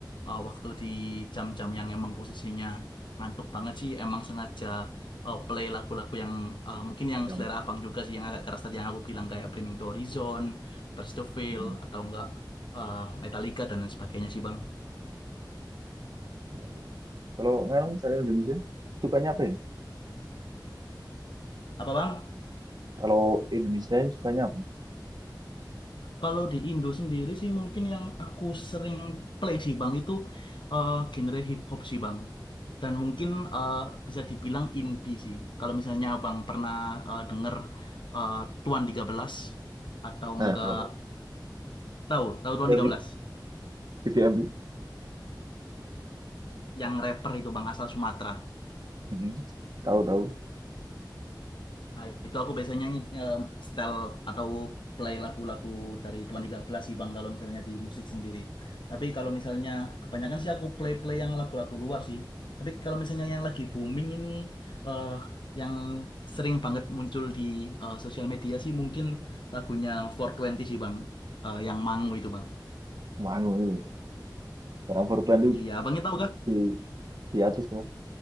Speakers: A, on the left; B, on the right.
A: ah, waktu di jam-jam yang emang posisinya ngantuk banget sih emang sengaja ah, play lagu-lagu yang ah, mungkin yang
B: Yang
A: selera Abang juga sih yang agak keras tadi yang aku bilang kayak Bring Me The Horizon, Burst The Veil
B: Mm.
A: atau enggak ah, Metallica dan lain sebagainya sih Bang.
B: Ya, ya. Kalau nganu saya Indonesia sukanya apa ya?
A: Apa Bang?
B: Kalau Indonesia sukanya apa?
A: Kalau di Indo sendiri sih mungkin yang aku sering play sih Bang itu eh, genre hip hop sih Bang. Dan mungkin eh, bisa dibilang indie sih. Kalau misalnya Abang pernah eh, denger eh, Tuan 13 atau
B: Nah,
A: enggak
B: tahu tahu.
A: tahu, tahu
B: DVMB,
A: Tuan 13
B: DVMB.
A: yang rapper itu Bang asal Sumatera.
B: Mm-mm. Tahu tahu.
A: Nah, itu aku biasanya nyanyi eh, style atau play lagu-lagu dari Tuan 13 sih Bang kalau misalnya di musik sendiri. Tapi kalau misalnya kebanyakan sih aku play-play yang lagu-lagu luar sih. Tapi kalau misalnya yang lagi booming ini eh yang sering banget muncul di eh, sosial media sih mungkin lagunya 420 sih Bang. Eh, yang Mangu itu Bang.
B: Manu itu. Orang 420 itu
A: Iya, Abangnya tahu kah?
B: di di atas ya.